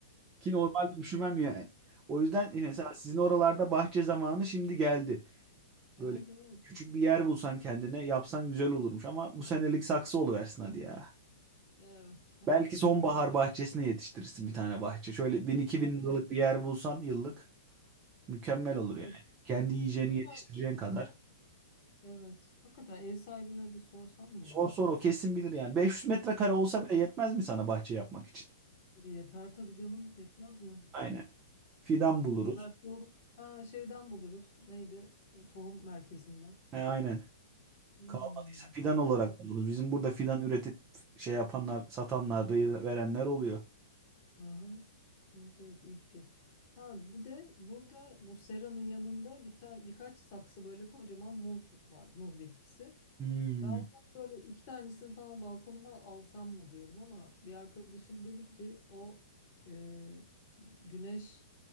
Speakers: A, on the right; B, on the left.
A: Ki normalde üşümem yani. O yüzden mesela
B: <laughs>
A: sizin oralarda bahçe zamanı şimdi geldi.
B: Evet
A: Böyle
B: evet.
A: küçük bir yer bulsan kendine yapsan güzel olurmuş. Ama bu senelik saksı oluversin hadi ya.
B: Evet, Evet, artık
A: Belki sonbahar
B: ne yapayım?
A: bahçesine yetiştirirsin bir tane bahçe. Şöyle bin iki
B: Ha,
A: bin liralık bir yer bulsan yıllık. Mükemmel olur
B: evet.
A: yani. Kendi yiyeceğini
B: Dur
A: yetiştireceğin
B: ben.
A: kadar.
B: Evet. Hakikaten ev sahibine bir sorsam mı
A: Sor
B: ya?
A: sor o kesin bilir yani. 500 metrekare olsa bile yetmez mi sana bahçe yapmak için?
B: Yeter tabii canım. Yetmez mi?
A: Aynen. Fidan buluruz.
B: O kadar tohum. Ha, şeyden buluruz. Neydi? E, Tohum merkezinden.
A: He, aynen.
B: Hmm.
A: Kalmadıysa fidan olarak
B: Süper.
A: buluruz. Bizim burada fidan üretip şey yapanlar, satanlar, ver- verenler oluyor.
B: Aha. Evet evet iyi fikir. Ha bir de burada bu seranın yanında bir tane birkaç saksı böyle kocaman muz var. Muz bitkisi.
A: Hmm.
B: Ben onları böyle iki tanesini falan balkonuma alsam mı diyorum ama bir arkadaşım dedi ki o e, güneş